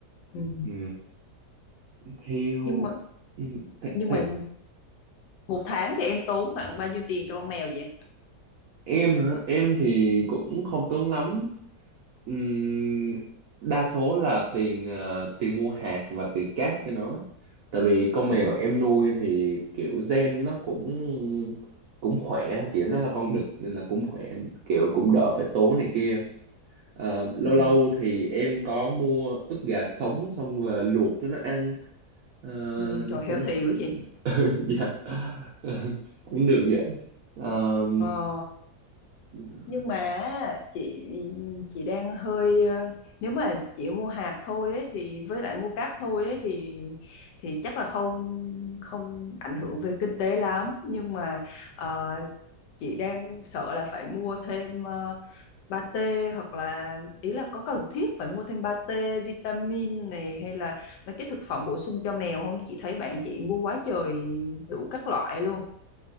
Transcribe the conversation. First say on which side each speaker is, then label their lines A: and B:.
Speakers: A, on the left; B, on the right.
A: ừ.
B: ừ. theo
A: nhưng mà
B: ừ, th
A: nhưng
B: th
A: mà một tháng thì em tốn khoảng bao nhiêu tiền cho con mèo vậy
B: em hả em thì cũng không tốn lắm Ừm, đa số là tiền ờ, tiền mua hạt và tiền cát cho nó tại vì con mèo
A: ừ.
B: em nuôi thì kiểu gen nó cũng cũng khỏe kiểu nó là con đực nên là cũng khỏe kiểu cũng đỡ phải tốn này kia Ờ, lâu
A: Ừ.
B: lâu thì em có mua ức gà sống xong về luộc cho nó ăn ờ,
A: Ừ. trời heo
B: cho nó
A: thiểu quá vậy
B: <laughs> dạ <laughs> cũng được vậy Ờ,
A: ờ,
B: Ừm,
A: nhưng mà chị chị đang hơi ờ, nếu mà chị mua hạt thôi ấy, thì với lại mua cát thôi ấy, thì thì chắc là không không ảnh hưởng về kinh tế lắm nhưng mà ờ, chị đang sợ là phải mua thêm ờ, pate hoặc là ý là có cần thiết phải mua thêm pate vitamin này hay là mấy cái thực phẩm bổ sung cho mèo không chị thấy bạn chị mua quá trời đủ các loại luôn